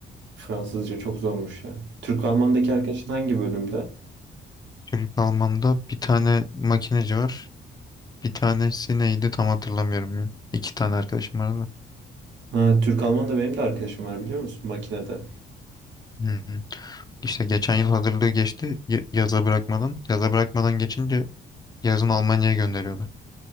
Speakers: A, on the right; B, on the left.
A: Fransızca çok zormuş ya. Türk-Alman'daki arkadaşın hangi bölümde?
B: Çocuk Alman'da bir tane makineci var. Bir tanesi neydi tam hatırlamıyorum ya. İki tane arkadaşım var da.
A: Ha, Türk-Alman da benim de arkadaşım var biliyor musun? Makinede.
B: Hı hı. İşte geçen yıl hazırlığı geçti y- yaza bırakmadan. Yaza bırakmadan geçince yazın Almanya'ya gönderiyorlar.